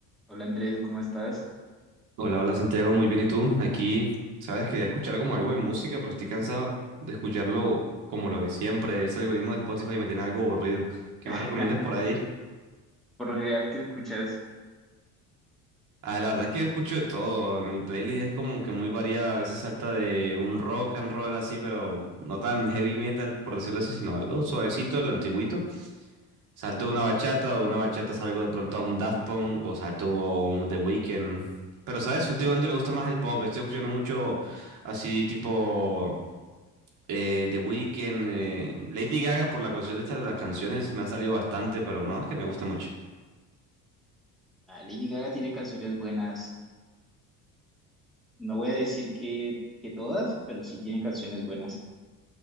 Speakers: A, in the centre; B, on the right.
A: Hola Andrés, ¿cómo estás?
B: Hola, hola Santiago, muy bien. ¿Y tú? Aquí, sabes, quería escuchar como algo de música, pero estoy cansado de escucharlo como lo de siempre. Ese algoritmo de Spotify me tiene algo aburrido. ¿Qué
A: <laughs>
B: me recomiendas por ahí?
A: Por lo general, ¿qué escuchas?
B: Ah, la verdad es que yo escucho de todo. Mi playlist es como que muy variada. A veces salta de un rock and roll así, pero no tan heavy metal, por decirlo así, sino algo suavecito, lo antiguito. Salto de una bachata, de una bachata salgo de pronto a un Daft Punk o salto a un The Weeknd. Pero, ¿sabes? Últimamente me gusta más el pop. Estoy escuchando mucho así tipo... Eh, The Weeknd, eh, Lady Gaga por la cuestión de esta de las canciones me ha salido bastante, pero no, es que me guste mucho.
A: Ah, Lady Gaga tiene canciones buenas. No voy a decir que, que todas, pero sí tiene canciones buenas.